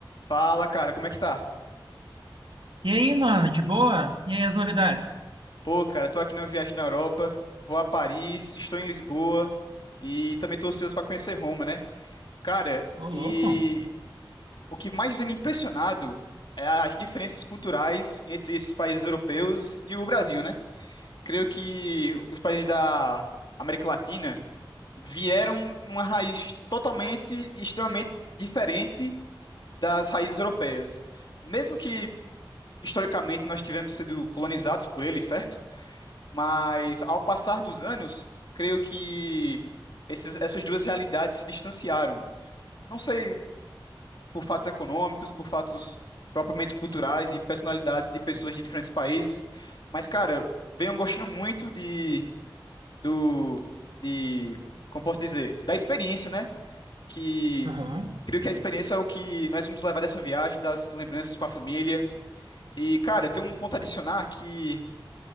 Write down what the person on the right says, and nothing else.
E aí, mano, de boa? E aí, as novidades?
Ô, louco?
Aham.